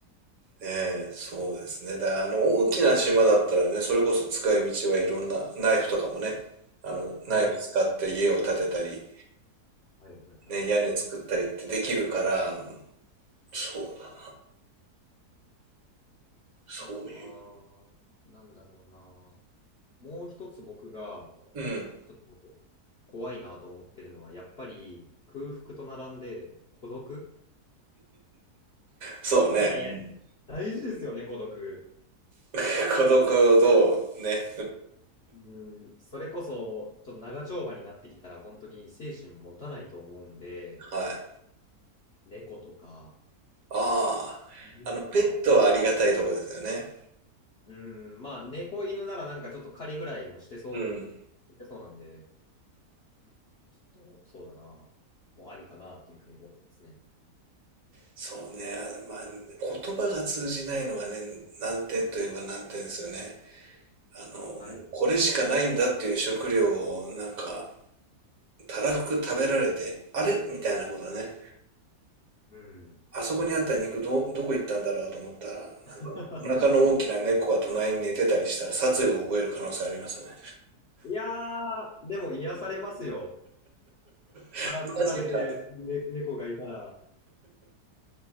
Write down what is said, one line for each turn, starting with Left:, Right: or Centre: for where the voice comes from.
Right: ねえ、そうですね。だからあの、大きな島だったらね、それこそ使い道はいろんな、ナイフとかもね、あの、
Left: はい。
Right: ナイフ使って家を建てたり、
Left: はいはいはい。
Right: ね、
Left: あ
Right: 屋根作ったりってできるから、そうだそういう。
Left: とは、なんだろうな。もう一つ僕が
Right: うん。
Left: ちょっと怖いなと思ってるのは、やっぱり空腹と並んで孤独
Right: そうね。
Left: いやいや、
Right: うん
Left: 大事ですよね、孤独。
Right: <laughs> 孤独をどうね。
Left: うん、それこそ、ちょっと長丁場になってきたら、本当に精神持たないと思うんで、
Right: <laughs> はい。
Left: 猫とか、
Right: ああ。
Left: 犬とか、
Right: あの、ペットはありがたいとこですよね。
Left: うん、まあ、猫犬ならなんかちょっと狩りぐらいもしてそう、
Right: うん。
Left: してそうなんで、ちょっと、そうだな。もうありかなっていうふうに思ってますね。
Right: そうね。まあ、言葉が通じないのがね、難点といえば難点ですよね。あの、もうこれしかないんだっていう食料をなんか、
Left: はい。
Right: たらふく食べられて、あれみたいなことね。
Left: うん。
Right: あそこにあった肉ど、どこ行ったんだろうと思ったら、なんか
Left: <laughs>
Right: お腹の大きな猫が隣に寝てたりしたら殺意を覚える可能性ありますよね。
Left: いやー、でも癒されますよ。
Right: <laughs>
Left: たらふく食べて、
Right: マジか。
Left: ね、猫がいたら。